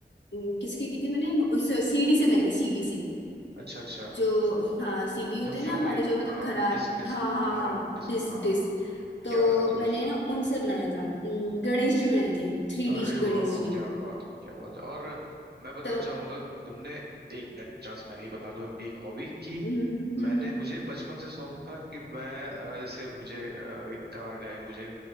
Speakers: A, on the left; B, on the right.
A: अम, किसकी की थी मैंने उस सीडी से बनाई थी सीडी से
B: अच्छा अच्छा
A: जो हाँ सीडी होते हैं
B: फ्लॉपी
A: ना हमारे जो मतलब
B: हाँ
A: खराब
B: डिस्क डिस्क
A: हाँ हाँ
B: हाँ
A: हाँ
B: डिस्क
A: डिस्क
B: हाँ
A: डिस्क
B: हाँ।
A: तो
B: क्या बनाया था तुमने
A: मैंने
B: उससे
A: ना उनसे बनाया था अम, गणेश जी बनाए थे थ्री डी
B: अरे
A: गणेश
B: वाह
A: जी
B: क्या बात है क्या बात है और मैं बताना
A: तो
B: चाहूंगा तुमने एक मिनट चांस मैं भी बता लूं अपनी एक हॉबी कि
A: <laughs>
B: मैंने मुझे बचपन से शौक था कि मैं अ, जैसे मुझे अ, एक कार गाड़ी हूँ मुझे